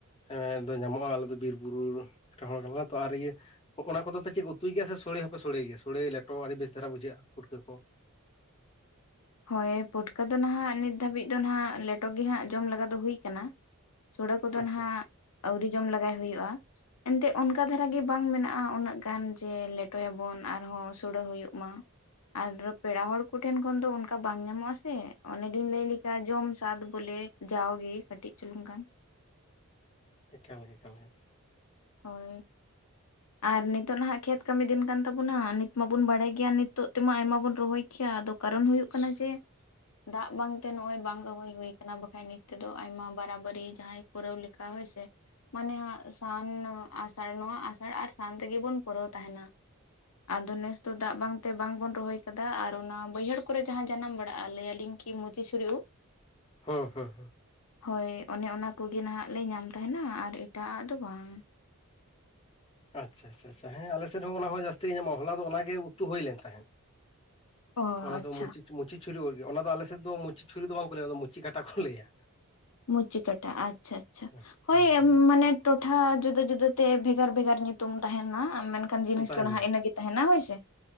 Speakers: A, on the left; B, on the left.
A: ᱦᱮᱸ ᱧᱟᱢᱚᱜᱼᱟ ᱟᱞᱮ ᱫᱚ ᱵᱤᱨ ᱵᱩᱨᱩ ᱴᱟᱢ ᱠᱟᱱᱟ ᱛᱚ ᱟᱨ ᱤᱭᱟᱹ ᱚᱱᱟ ᱠᱚᱫᱚ ᱯᱮ ᱪᱮᱫ ᱩᱛᱩᱭ ᱜᱮᱭᱟ ᱥᱮ ᱥᱚᱲᱮ ᱦᱚᱸᱯᱮ ᱥᱚᱲᱮ ᱜᱮᱭᱟ ᱥᱚᱲᱮ ᱞᱮᱴᱚ ᱟᱹᱰᱤ ᱵᱮᱥ ᱪᱮᱦᱟᱨᱟ ᱵᱩᱡᱷᱟᱹᱜᱼᱟ ᱯᱩᱲᱠᱟᱹ ᱠᱚ᱾
B: ᱦᱳᱭ ᱯᱩᱴᱠᱟᱹ ᱫᱚ ᱱᱟᱦᱟᱸᱜ ᱱᱤᱛ ᱫᱷᱟᱹᱵᱤᱡ ᱫᱚ ᱱᱟᱦᱟᱸᱜ ᱞᱮᱴᱚ ᱜᱮ ᱦᱟᱸᱜ ᱡᱚᱢ ᱞᱟᱜᱟ ᱫᱚ ᱦᱩᱭ ᱠᱟᱱᱟ ᱥᱳᱲᱮ ᱠᱚᱫᱚ
A: ᱟᱪᱪᱷᱟ
B: ᱱᱟᱦᱟᱸᱜ ᱟᱹᱣᱨᱤ ᱡᱚᱢ ᱞᱟᱜᱟᱭ ᱦᱩᱭᱩᱜᱼᱟ᱾ ᱮᱱᱛᱮ ᱚᱱᱠᱟ ᱫᱷᱟᱨᱟ ᱜᱮ ᱵᱟᱝ ᱢᱮᱱᱟᱜᱼᱟ ᱩᱱᱟᱹᱜ ᱜᱟᱱ ᱡᱮ ᱞᱮᱴᱚᱭᱟᱵᱚᱱ ᱟᱨᱦᱚᱸ ᱥᱩᱲᱟᱹ ᱦᱩᱭᱩᱜ ᱢᱟ ᱟᱨ ᱯᱮᱲᱟ ᱦᱚᱲ ᱠᱚ ᱴᱷᱮᱱ ᱠᱷᱚᱱ ᱫᱚ ᱚᱱ ᱠᱟ ᱵᱟᱝ ᱧᱟᱢᱚᱜᱼᱟ ᱥᱮ ᱚᱱᱮ ᱞᱤᱧ ᱞᱟᱹᱭ ᱞᱮᱠᱷᱟ ᱡᱚᱢ ᱥᱟᱫ ᱵᱚᱞᱮ ᱡᱟᱣᱜᱮ ᱠᱟᱹᱴᱤᱡ ᱪᱩᱞᱩᱝ ᱜᱟᱱ
A: ᱮᱠᱟᱞ ᱜᱮ ᱮᱠᱟᱞ ᱜᱮ᱾
B: ᱦᱳᱭ ᱟᱨ ᱱᱤᱛᱚᱜ ᱱᱟᱦᱟᱸᱜ ᱠᱷᱮᱛ ᱠᱟᱹᱢᱤ ᱫᱤᱱ ᱠᱟᱱ ᱛᱟᱵᱚᱱᱟ ᱱᱤᱛ ᱢᱟᱵᱚᱱ ᱵᱟᱲᱟᱭ ᱜᱮᱭᱟ ᱱᱤᱛᱚᱜ ᱛᱮᱢᱟ ᱟᱭᱢᱟ ᱵᱚᱱ ᱨᱚᱦᱚᱭ ᱠᱮᱭᱟ ᱟᱫᱚ ᱠᱟᱨᱚᱱ ᱦᱩᱭᱩᱜ ᱠᱟᱱᱟ ᱡᱮ ᱫᱟᱜ ᱵᱟᱝᱛᱮ ᱱᱚᱜ-ᱚᱭ ᱵᱟᱝ ᱨᱚᱦᱚᱭ ᱦᱩᱭ ᱠᱟᱱᱟ ᱵᱟᱠᱷᱟᱡ ᱱᱤᱛ ᱛᱮᱫᱚ ᱟᱭᱢᱟ ᱵᱟᱨᱟᱵᱟᱹᱨᱤ ᱡᱟᱦᱟᱸᱭ ᱯᱩᱨᱟᱹᱣ ᱞᱮᱠᱷᱟ, ᱦᱳᱭ ᱥᱮ ᱢᱟᱱᱮ ᱥᱟᱱ ᱟᱥᱟᱲ ᱱᱚᱣᱟ ᱟᱥᱟ ᱟᱥᱟᱲ ᱟᱨ ᱥᱟᱱ ᱨᱮᱜᱮ ᱵᱚᱱ ᱯᱩᱨᱟᱹᱣ ᱛᱟᱦᱮᱱᱟ᱾ ᱟᱫᱚ ᱱᱮᱥ ᱫᱚ ᱫᱟᱜ ᱵᱟᱝᱛᱮ ᱵᱟᱝ ᱵᱚᱱ ᱨᱚᱦᱚᱭ ᱠᱟᱫᱟ ᱟᱨ ᱚᱱᱟ ᱵᱟᱹᱭᱦᱟᱹᱲ ᱠᱚᱨᱮ ᱡᱟᱦᱟᱸ ᱡᱟᱱᱟᱢ ᱵᱟᱲᱟᱜᱼᱟ ᱞᱟᱹᱭᱟᱹᱞᱤᱧ ᱠᱩ ᱢᱤᱪᱷᱤᱞ ᱪᱷᱩᱨᱤ <unintelligible>
A: ᱦᱩᱸ ᱦᱩᱸ ᱦᱩᱸ
B: ᱦᱳᱭ ᱚᱱᱮ ᱚᱱᱟ ᱠᱚᱜᱮ ᱱᱟᱦᱟᱸᱜ ᱞᱮ ᱧᱟᱢ ᱛᱟᱦᱮᱱᱟ ᱟᱨ ᱮᱴᱟᱜᱼᱟᱜ ᱫᱚ ᱵᱟᱝ
A: ᱟᱪᱪᱷᱟ ᱟᱪᱪᱷᱟ-ᱪᱷᱟ-ᱪᱷᱟ ᱦᱮᱸ ᱟᱞᱮ ᱥᱮᱫ ᱦᱚᱸ ᱚᱱᱟ ᱦᱚᱸ ᱡᱟᱹᱥᱛᱤ ᱜᱮ ᱧᱟᱢᱚᱜ-ᱟ ᱦᱚᱞᱟ ᱫᱚ ᱚᱱᱟᱜ ᱜᱮ ᱩᱛᱩ ᱦᱩᱭᱞᱮᱱ ᱛᱟᱦᱮᱸᱫ
B: ᱚ
A: ᱚᱱᱟ
B: ᱟᱪᱪᱷᱟ
A: ᱫᱚ ᱢᱩᱪᱷᱤ ᱢᱩᱪᱷᱤ ᱪᱷᱩᱨᱤ ᱜᱮ ᱚᱱᱟ ᱫᱚ ᱟᱞᱮ ᱥᱮᱫ ᱫᱚ ᱢᱩᱪᱷᱤ ᱪᱷᱩᱨᱤ ᱫᱚ ᱵᱟᱝᱠᱚ ᱞᱟᱹᱭᱟ ᱚᱱᱟ ᱢᱩᱪᱷᱤ ᱠᱟᱴᱟ ᱠᱚ ᱞᱟᱹᱭᱟ
B: ᱢᱩᱪᱷᱤ ᱠᱟᱴᱟ ᱟᱪᱪᱷᱟ ᱟᱪᱪᱷᱟ
A: ᱦᱮᱸ
B: ᱦᱳᱭ
A: ᱦᱮᱸ
B: ᱢᱟᱱᱮ ᱴᱚᱴᱷᱟ ᱡᱩᱫᱟᱹ ᱡᱩᱫᱟᱹᱛᱮ ᱵᱷᱮᱜᱟᱨ ᱵᱷᱮᱜᱟᱨ ᱧᱩᱛᱩᱢ ᱛᱟᱦᱮᱱᱟ ᱢᱮᱱ ᱠᱷᱟᱱ
A: ᱦᱮᱸ,
B: ᱡᱤᱱᱤᱥ
A: ᱛᱟᱦᱮᱱ
B: ᱫᱚ ᱱᱟᱦᱟᱸᱜ
A: ᱜᱮᱭᱟ
B: ᱤᱱᱟᱹᱜ ᱜᱮ ᱛᱟᱦᱮᱱᱟ ᱦᱳᱭ ᱥᱮ <inaudible>